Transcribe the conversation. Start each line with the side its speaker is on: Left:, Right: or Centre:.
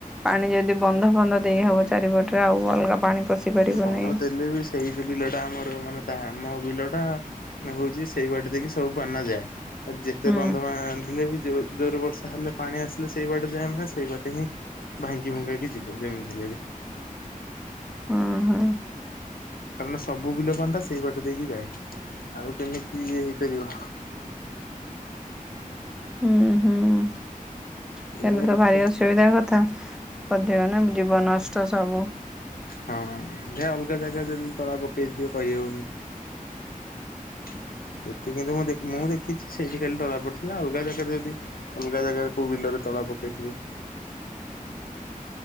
Centre: ପାଣି ଯଦି ବନ୍ଧ ଫନ୍ଧ ଦେଇହବ ଚାରିପଟରେ ଆଉ ଅଲଗା ପାଣି ପଶି ପାରିବନି
Left: ବନ୍ଧ ଦେଲେ ବି ସେଇ ଯୋଉ ବିଲ ଟା ଆମର ମାନେ ତା ଆମ ବିଲ ଟା ଏ ହେଉଛି ସେଇ ବାଟ ଦେଇକି ସବୁ ପାଣିଟା ଯାଏ ଆଉ ଯେତେ
Centre: ହୁଁ
Left: ବନ୍ଧ ବାନ୍ଧିଲେ ବି ଜୋର ବର୍ଷା ହେଲେ ପାଣି ଆସିଲେ ସେଇ ବାଟେ ଯାଏଁ ମାନେ ସେଇ ବାଟେ ହିଁ ଭାଙ୍ଗି ଭୁଙ୍ଗାକି ଯିବ ଯେମିତି ହେଲେ ବି।
Centre: ଉଁ ହୁଁ।
Left: କାରଣ ସବୁ ବିଲ ପାଣି ଟା ସେଇ ବାଟ ଦେଇକି ଯାଏ ଆଉ କେମିତି ହେଇପାରିବ।
Centre: ହୁଁ ହୁଁ। ସେ
Left: ଏଇଆ
Centre: ଦିନ ତା
Left: ଦେଖିଆ
Centre: ଭାଇ ଆସିବ। ଏଇବାଗିଆ କଥା ପଦିବନା ଜୀବ ନଷ୍ଟ ସବୁ।
Left: ହଁ ଜା ଅଲଗା ଜାଗା ଯଦି ତଳା ପକେଇଥିବେ କହି ହଉନି। ସେଠି କିନ୍ତୁ ମୁଁ ଦେଖନି ମୁଁ ଦେଖିଛି ସେଇଠି ଖାଲି ତଳା ପଡିଥିଲା। ନାଁ ଅଲଗା ଜାଗାରେ ଯଦି ଅଲଗା ଜାଗାରେ କୋଉଁ ବିଲରେ ତଳା ପକେଇଥିବେ।